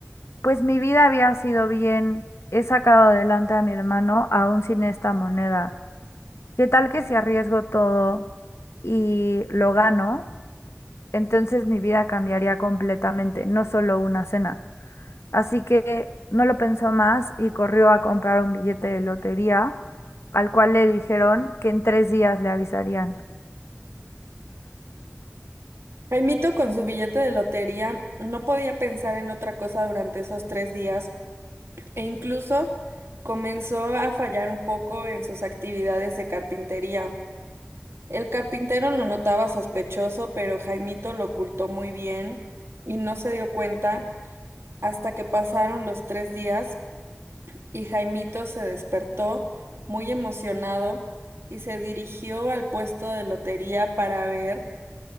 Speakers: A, on the left (about 70°); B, on the right (about 65°).
A: pues mi vida había sido bien, he sacado adelante a mi hermano aún sin esta moneda. ¿Qué tal que si arriesgo todo y lo gano? Entonces mi vida cambiaría completamente, no solo una cena. Así que no lo pensó más y corrió a comprar un billete de lotería, al cual le dijeron que en tres días le avisarían.
B: Jaimito con su billete de lotería no podía pensar en otra cosa durante esos tres días e incluso comenzó a fallar un poco en sus actividades de carpintería. El carpintero lo notaba sospechoso, pero Jaimito lo ocultó muy bien y no se dio cuenta hasta que pasaron los tres días y Jaimito se despertó muy emocionado y se dirigió al puesto de lotería para ver